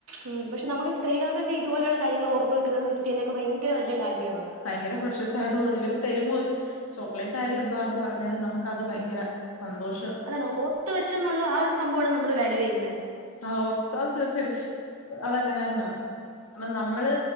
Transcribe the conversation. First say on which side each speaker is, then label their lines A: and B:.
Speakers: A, on the right; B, on the left.
A: ഉം പക്ഷെ നമുക്ക് സ്ത്രീകൾക്കൊക്കെ ഇതുപലുള്ള കാര്യങ്ങൾ ഓർത്ത് വെുന്നത് ഗിഫറ്റ് ചെയ്യുന്നൊക്കെ ഭയങ്കര വലിയ കാര്യവാ
B: ഭയങ്കര ഫ്രഷസായിട്ടുള്ളത് ഇവര് തരുമ്പോ ഒരു- ചോക്ലേറ്റ് ആയാലും എന്താന്ന് പറഞാല് നമുക്കത് ഭയങ്കര സന്തോഷം
A: അതാണ് ഓർത്ത് വെച്ചെന്നുള്ള ആഹ ഒരു സംഭവമാണ് നമ്മള് വാല്യൂ ചെയ്യുന്നത്
B: ആഹ ഓർത്ത് അത് തീർച്ചയായിട്ടും അതെങ്ങനെ തന്നാ അല്ല നമ്മള്